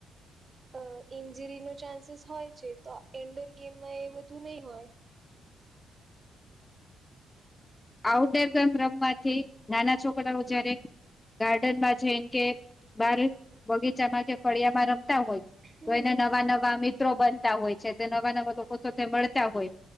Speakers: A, on the right; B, on the left.
A: અ ઇન્જરીનો ચાન્સીસ હોય છે તો એન્ડોર ગેમમાં એ બધું નહીં હોય
B: આઉટડોર ગેમ રમવાથી નાના છોકરાઓ જયારે ગાર્ડન માં છેમ કે બારક બગીચામાં કે ફળિયામાં રમતા હોય
A: હમ
B: તો એને નવા નવા અિત બનતા હોય છે તે નવા નવા લોકો મળતા હોય